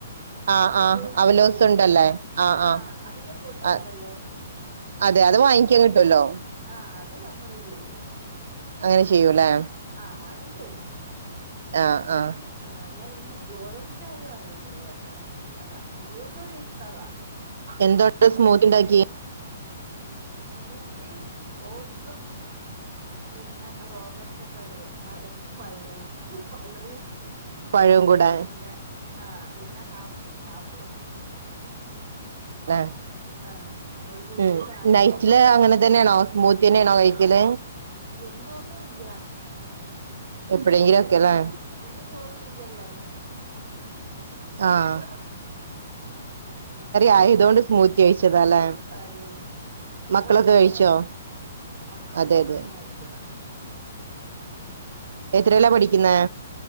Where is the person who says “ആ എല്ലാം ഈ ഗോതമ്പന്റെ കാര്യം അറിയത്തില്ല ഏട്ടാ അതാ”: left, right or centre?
Right